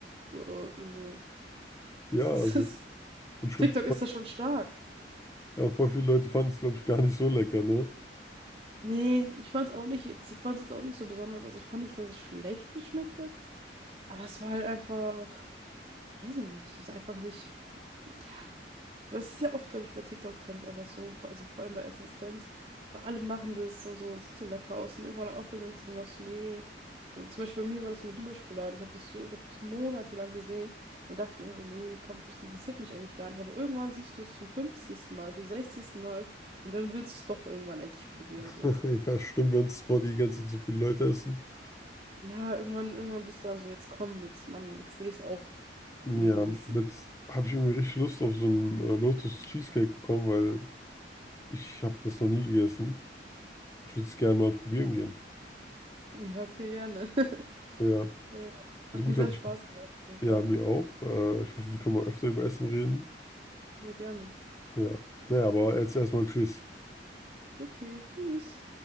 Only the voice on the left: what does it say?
Ja,
also,
und ich glaube,
Ja, voll viele Leute fanden es, glaube ich, gar nicht so lecker, ne?
<laughs>
Ja, stimmt, wenn es vor die ganze Zeit so viele Leute essen.
Ja,
und
jetzt habe ich irgendwie richtig Lust auf so einen äh, Lotus Cheesecake bekommen, weil ich habe das noch nie gegessen. Ich würde es gerne mal probieren gehen.
Ja,
so
gut
habe
ich.
Ja,
mir auch. Äh, ich hoffe, wir können mal öfter über Essen reden.
Ja, naja, aber jetzt erstmal Tschüss.